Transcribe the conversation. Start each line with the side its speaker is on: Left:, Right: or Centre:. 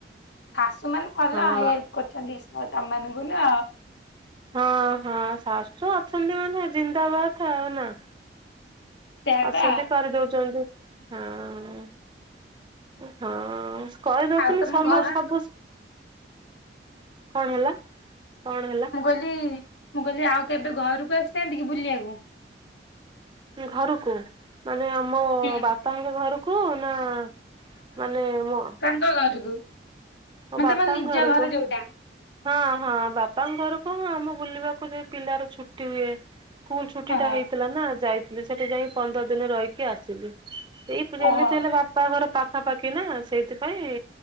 Left: ଶାଶୁମାନେ ଭଲ
Right: ହଁ
Left: ହେଲ୍ପ କରୁଚନ୍ତି ତମ ମାନଙ୍କୁ ନୁହ।
Right: ହଁ ହଁ ଶାଶୁ ଅଛନ୍ତି ମାନେ ଜିନ୍ଦାବାଦ ଆଉ ନା
Left: ସେୟା
Right: ଅଛନ୍ତି
Left: ପା।
Right: କରିଦଉଚନ୍ତି। ହଁ ହଁ କହିଦଉଥିଲି
Left: ଆଉ ତମ
Right: ସମସ୍ତ
Left: ଘରୁ
Right: ସବୁ କଣ ହେଲା କଣ ହେଲା?
Left: ମୁ କଇଲି ମୁଁ କଇଲି ଆଉ କେବେ ଘରକୁ ଆସିନାହାନ୍ତି କି ବୁଲିବାକୁ?
Right: ଘରୁକୁ ମାନେ ଆମ
Left: ହୁଁ
Right: ବାପାଙ୍କ ଘରକୁ ନା ମାନେ ମ
Left: ତୋ ଘରକୁ?
Right: ମୋ
Left: ମାନେ
Right: ବାପାଙ୍କ
Left: ତମ ନିଜ
Right: ଘରକୁ
Left: ଘର ଯୋଉଟା।
Right: ହଁ ହଁ ବାପା ପାଙ୍କ ଘରକୁ ହଁ ଆମ ବୁଲିବାକୁ ଯାଏ ପିଲାର ଛୁଟି ହୁଏ। ସ୍କୁଲ ଛୁଟି
Left: ଓହୋ
Right: ଟା ହେଇଥିଲା ନା। ଯାଇଥିଲି ସେଠି ଯାଇଁ ପନ୍ଦର ଦିନ ରହିକି ଆସିଲି। <unintelligible>
Left: ଓହୋ
Right: ହେଲେ ବାପା ଘର ପାଖାପାଖି ନା ସେଇଥିପାଇଁ